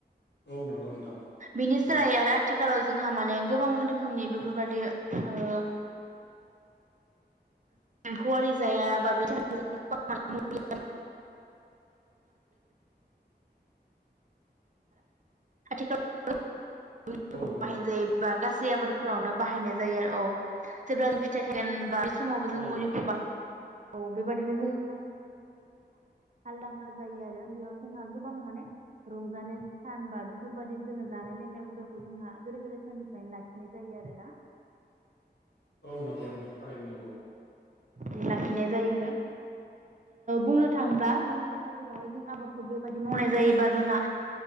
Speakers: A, on the left; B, on the right.
A: औ नंगौ नोंथां।
B: बिनि सोलायै
A: नंगौ
B: आरो आथिखालाव जोंहा माने गोबां रोखोमनि बेफोरबादि ओ एम्फौवरि जाया बा बे <unintelligible> आथिखाल <unintelligible>
A: औ नंगौ
B: बाहायनाय
A: नोंथां
B: जायो। बा गासै आबादफोरावनो बाहायनाय जायो औ जेब्ला जों फिथाइ थागोन बा समावबो जों
A: औ
B: मुलिखौ
A: नोंथां नंगौ
B: बाहायो औ बेबायदिनो जों <unintelligible> हालदांख्रा जायो आरो, बेयाव जोंहा गोबां माने रंजानाय सान बा बेफोरबायाददि जोङो जानाय लोंनाय हुदाखौ जोंहा गोदो गोदाय साननिफ्रायनो लाखिनाय जायो आरोना।
A: औ नंगौ नोंथां। थारायनो नोंगौ।
B: बि लाखिनाय जायो आरो बुंनो थाङोब्ला जोंनि ओनसोलफोरावहाय जों आबाद खौ बेबायदि मावनाय जायोबा जोंहा